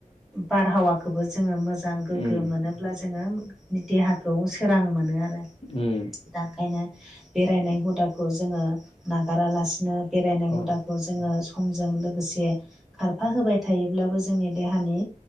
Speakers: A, in the centre; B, on the left.
A: बारहावाखौबो जोङो मोजां गोग्गो
B: उम
A: मोनो अब्ला जोङो देहाखौ सोरां मोनो आरो
B: उम
A: दा ओंखायनो बेरायनाय हुदाखौ जोङो नागारालासिनो बेरायनाय
B: अ
A: हुदाखौ खौ जोङो समजों लोगोसे खारफा होबाय थायोब्लाबो जोंनि देहानि